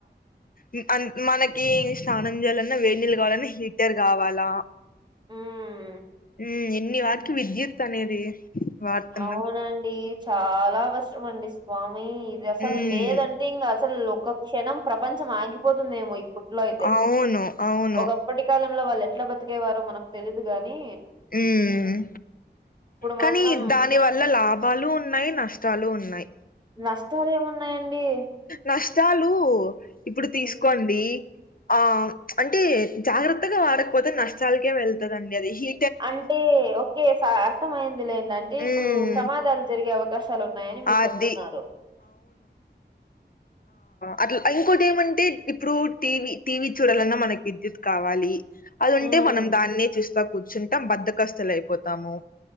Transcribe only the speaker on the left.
ఉ అన్ మనకీ ష్నానం జేయాలన్నా వెన్నిల్లు గవలన్నా హీటర్ గావాలా
ఉ ఎన్ని వాట్కి విద్యుత్ అనేది వాడుతున్నాం
ఉమ్
అవును అవును
ఊమ్ కానీ
దానివల్ వల లాభాలు ఉన్నాయి నష్టాలు ఉన్నాయి
నష్టాలూ ఇప్పుడు తీస్కోండి.
ఆ అంటే జాగ్రత్తగా వాడక్పోతే నష్టాల్కే వెళ్తదండి అది హి
ఉమ్
అది
అట్ల ఇంకోటి ఏమంటే ఇప్పుడు టీవి టీవీ చూడాలన్నా మనకి విద్యుత్ కావాలి. అదుంటే
మనం దాన్నే చూస్తా కూర్చుంటాం బద్దకస్తులైపోతాము.